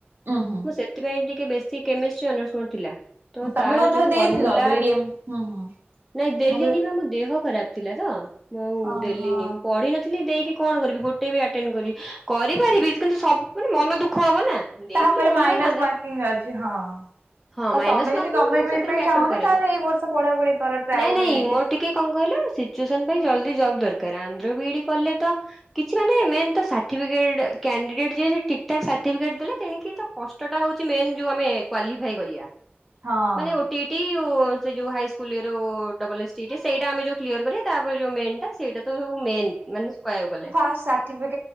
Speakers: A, on the right; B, in the centre.
A: ଉଁ ହୁଁ
B: ମୁଁ ସେ ସେଥିପାଇଁ ଟିକେ ବେଶୀ କେମିଷ୍ଟ୍ରି, ଅନର୍ସ ମୋର ଥିଲା। ତ
A: ତମେ
B: ତାର
A: କଣ ଏଥର
B: ଯୋଉ
A: ଦେଇଥିଲ
B: ଫର୍ମୁଲା
A: ହୁଁ ହୁଁ ମୁଁ
B: ନାଇଁ
A: କହିଲି
B: ଦେଲିନି ପା ମୋ ଦେହ ଖରାପ ଥିଲା ତ ମୁଁ ଆଉ
A: ଓହୋ
B: ଦେଲିିନି ମୁଁ ପଢି ନଥିଲି ଦେଇକି କଣ କରିବି ଗୋ କରି ଦେବି ଆଟେଣ୍ଡ କରି କରିପାରିବି। କିନ୍ତୁ ସବୁ ମାନେ ମନ ଦୁଃଖ ହବ ନା ଦେଇଥିଲେ
A: ତାପରେ
B: ଭଲ
A: ମାଇନସ୍
B: ହେଇଥାନ୍ତା
A: ମାର୍କିଂ ଅଛି ହଁ।
B: ହଁ
A: ଆଉ
B: ମାଇନ
A: ତମେ ଯଦି
B: ମାର୍କିଙ୍ଗ
A: ଗଭର୍ଣ୍ଣମେଣ୍ଟ ବିଡି
B: ସେଥିରେ
A: ପାଇଁ
B: ମ୍ୟାଟର
A: ଚାହୁଁଛ
B: କରେନି
A: ତାହେଲେ ଏଇ ବର୍ଷ ପଢାପଢି କର ଟ୍ରାଏ
B: ନାଇଁ
A: କର
B: ନାଇଁ
A: ଯଦି।
B: ମୋର ଟିକେ କଣ କହିଲ ସିଚୁଏସନ ପାଇଁ ଜଲଦି ଜବ୍ ଦରକାର ଆନ୍ଧ୍ର ବିଇଡି କଲେ ତ କି କିଛି ମାନେ ସାର୍ଟ କ୍ୟାଣ୍ଡିଡେଟ ଯିଏ ଠିକ ଠାକ ସାର୍ଟିଫିକେଟ ଦେଲେ ତେଣିକି ତ କଷ୍ଟଟା ହଉଛି ମେନ ଯୋଉ ଆମେ କ୍ଵାଲିଫାଇ କରିବା
A: ହଁ
B: ମାନେ ଓଟି ଟି ସେ ଯୋଉ high school double S T T ସେଇଟା ଆମେ ଯୋଉ କ୍ଲିଅର୍ କରିବା ତାପରେ ଯୋଉ ମେନ୍ ଟା ସେଇଟା ତ ସବୁ ମେନ୍ ମାନେ କହିବାକୁ ଗଲେ
A: ବାସ୍ ସାର୍ଟିଫିକ